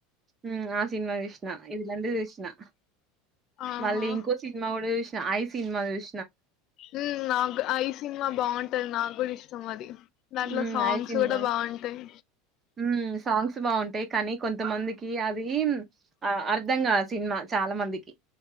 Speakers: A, on the right (about 25°); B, on the left (about 50°).
A: మ్మ్ ఆ సినిమా చూస్నా ఇదిలాంటి చూస్నా
B: ఆహా
A: మళ్ళీ ఇంకో సినిమా కూడా చూస్నా ఐ సినిమా చూస్
B: హ్మ్ నాకు ఐ సినిమా బాగుంన్ టద్ నా గూడా ఇష్టం అది దాంట్లో
A: మ్మ్
B: సాంగ్స్
A: ఐ సినిమా
B: కూడా బాగుంటాయి
A: హ్మ్ సాంగ్స్ బాగుంటాయి కానీ కొంతమందికి అది ఆ అర్ధంగాద్ సినిమా చాలా మందికి